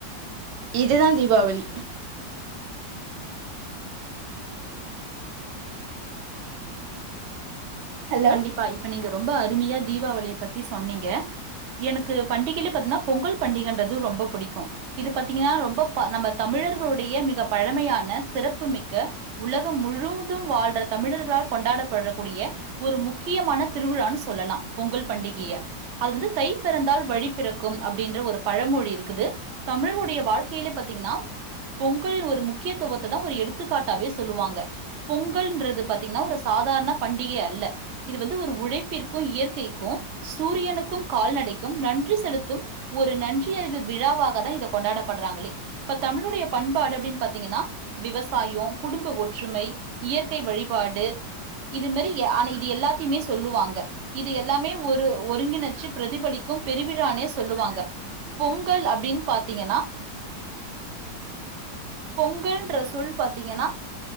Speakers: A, on the right; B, on the right.
A: இதுதா தீபாவளி ஹலோ
B: கண்டிப்பா இப் ப நீங்க ரொம்ப அருமையா தீபாவளிய பத்தி சொன்னீங்க எனக்கு பண்டிகைல பாத்தீனா பொங்கல் பண்டிகன்றது ரொம்ப புடிக்கு இது பாத்தீங்கனா ரொம்ப நம்ம தமிழர்களுடைய மிக பழமையான சிறப்புமிக்க உலகம் முழுவதும் வாழ்ற தமிழர்களால் கொண்டாடப்பட கூடிய ஒரு முக்கியமான திருவிழான்னு சொல்லலா பொங்கல் பண்டிகைய அது வந்து தை பிறந்தால் வழி பிறக்கும் அப்டின்ற ஒரு பழமொழி இருக்குது தமிழர்களுடைய வாழ்க்கையிலே பாத்தீங்கன்னா பொங்கல் ஒரு முக்கியத்துவத்த தா ஒரு எடுத்துக்காட்டாவே சொல்லுவாங்க பொங்கல்ன்றது பாத்தீங்கன்னா ஒரு சாதாரண பண்டிகை அல்ல இது வந்து ஒரு உழைப்பிற்கு இயற்கைக்கு சூரியனுக்கும் கால் நடைக்கும் நன்றி செலுத்தும் ஒரு நன்றி எறிதல் விழாவாக தா இத கொண்டாடப்பட்றாங்களே இப்ப தமிழுடைய பண்பாடு அப்டின்னு பாத்தீங்கன்னா விவசாயோ குடும்ப ஒற்றுமை இயற்கை வழிபாடு இது மேரி ஆன இது எல்லாத்தியுமே சொல்லுவாங்க இது எல்லாமே ஒரு ஒருங்கிணைச்சு பிரதிபலிக்கும் பெருவிழானே சொல்லுவாங்க பொங்கல் அப்டின் பாத்திங்கன்னா. பொங்கல்ன்ற சொல் பாத்தீங்கன்னா